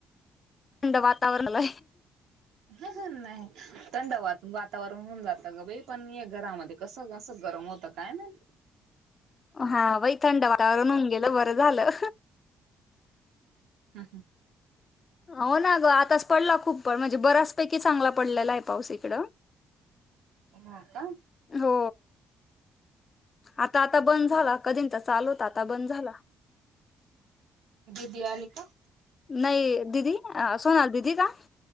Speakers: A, on the left; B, on the right.
A: थंड वातावरणला
B: ह ह नाही थंडवातावरन. वातावरण होऊन जातं ग बाई पण हे घरामध्ये कसं कस गरम होत काय नाई.
A: हा बाई थंड वाटावरून होऊन गेलं बरं झालं.
B: हम् हम्.
A: हो ना ग आताच पडला खूप पण म्हणजे बऱ्याच पैकी चांगला पडलेला आहे पाऊस इकडं.
B: ह का
A: हो आता आता बंद झाला कधी तर चालू होता. आता बंद झाला.
B: ती आली का.
A: नाही दिदी सोनाल दीदी का